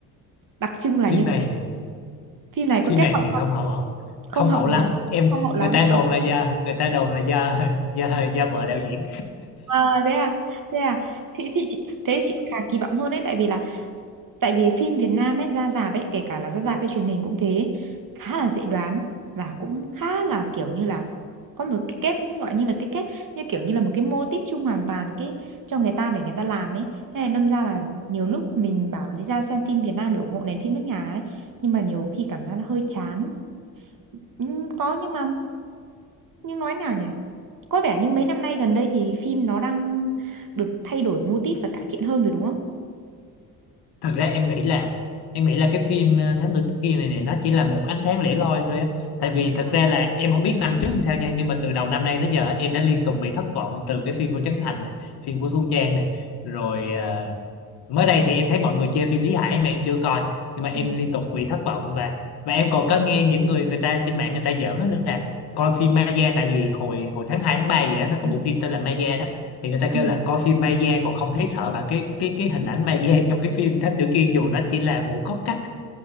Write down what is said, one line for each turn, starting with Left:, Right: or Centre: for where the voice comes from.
Right: Đặc trưng là
Left: phim
Right: như thế.
Left: này
Right: Phim này có
Left: phim
Right: kết
Left: này
Right: hậu
Left: thì
Right: không?
Left: không hậu không
Right: Không
Left: không
Right: hậu
Left: hậu
Right: hả?
Left: lắm em
Right: Không hậu lắm.
Left: người ta đồn
Right: Ờ,
Left: là do người ta đồn là do <laughs> do do vợ đạo diễn
Right: À, thế à? Thế à? Thì, thì chị thế chị khá kỳ vọng hơn đấy tại vì là Tại vì phim Việt Nam ấy ra rạp ấy kể cả là ra rạp hay truyền hình cũng thế khá là dễ đoán và cũng khá là kiểu như là có một cái kết gọi như là cái kết như kiểu như là một cái mô típ chung hoàn toàn cái cho người ta để người ta làm ấy thế này đâm ra là nhiều lúc mình bảo đi ra xem phim Việt Nam để ủng hộ nền phim nước nhà ấy nhưng mà nhiều khi cảm giác là hơi chán Ừm, có nhưng mà nhưng nói nào nhỉ có vẻ như mấy năm nay gần đây thì phim nó đang được thay đổi mô típ và cải thiện hơn rồi đúng không
Left: thật ra em nghĩ là em nghĩ là cái phim ờ, Thám Tử Kiên này này nó chỉ là một ánh sáng lẻ loi thôi á tại vì thật
Right: Ừ.
Left: ra là em không biết năm trước làm sao nha nhưng mà từ đầu năm nay tới giờ em đã liên tục bị thất vọng từ cái phim của Trấn Thành này phim của Thu Trang này rồi ờ, mới đây thì em thấy mọi người chê phim Lý Hải mà em chưa coi nhưng mà em
Right: Ừ.
Left: liên tục bị thất vọng và và em còn có nghe những người người ta trên mạng người ta giỡn á là coi phim Maya tại vì hồi hồi tháng 2 tháng 3 gì đó nó có
Right: Ừ.
Left: bộ phim tên là Maya đó thì người ta
Right: Ừ.
Left: kêu là coi phim Maya còn không thấy sợ bằng cái cái cái hình ảnh Maya trong cái phim Thám Tử Kiên dù nó chỉ là một góc cắt